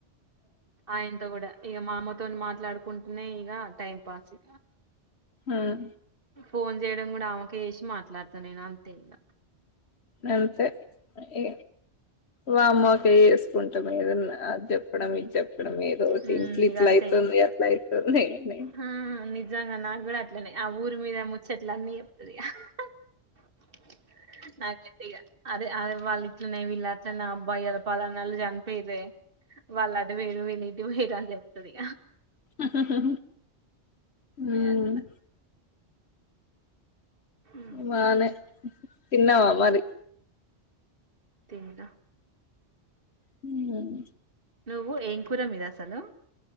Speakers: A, on the right; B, on the left.
A: ఆయనతో కూడా ఇక మామ్మతో మాట్లాడుకుంటూనే ఇక టైం పాసు
B: ఉమ్
A: ఫోన్ చేయడం కూడా ఆమెకు చేసి మాట్లాడతాను నేను అంతే ఇగ
B: అంతే ఏ వామ్ మోకా చేసుకుంటాం ఏదన్నా అద్ చే చెప్పడం ఇది చెప్పడం ఏదోటి
A: హ్మ్
B: ఇట్ల ఇట్ల
A: ఇక అంతే
B: అయితుంది అట్ల అవుతుంది అని
A: ఆ నిజంగా నా కూడాడ అట్లనే ఆ ఊరి మీద ముచ్చట్ల అన్నీ చెప్పుతాది ఆ హా <unintelligible> అదే అదే వాళ్ళు ఇట్లనే వీళ్ళట్లనే అబ్బాయి అద పలనోళ్ళు చనిపోయిరే వాళ్ళు అటు పోయిరు వీళ్ళు ఇటు పోయిరు అని చెప్తది
B: ఆహా ఆహా ఉమ్
A: అట్లా ఉమ్.
B: బనే తిన్నావా మరి
A: తిన్న
B: హ్మ్
A: నువ్వు ఏంకూర మీది అస్సలు